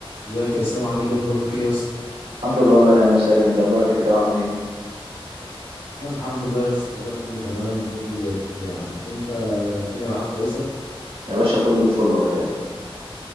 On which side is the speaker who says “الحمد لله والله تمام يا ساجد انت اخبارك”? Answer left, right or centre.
Right